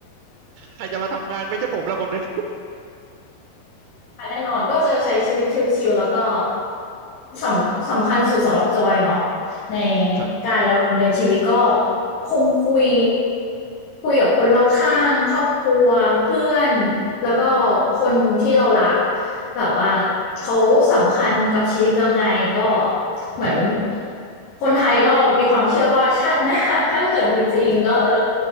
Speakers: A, on the right (about 80°); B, on the left (about 70°).
A: ใครจะมาทำงานไม่ใช่ผมละคนนึง
B: ค่ะแน่นอนก็จะใช้ชีวิตชิลๆแล้วก็สำสำคัญสุดสำหรับจอยเนาะใน
A: ครับ
B: การเราดำเนินชีวิตก็คงคุยคุยกับคนรอบข้างครอบครัวเพื่อน
A: อือหือ
B: แล้วก็คนที่เรารักแบบว่าเขาสำคัญกับชีวิตยังไงก็เหมือน
A: ครับ
B: คนไทยก็มีความเชื่อว่าชาติหน้า <laughs> ถ้าเกิดมีจริงก็เออ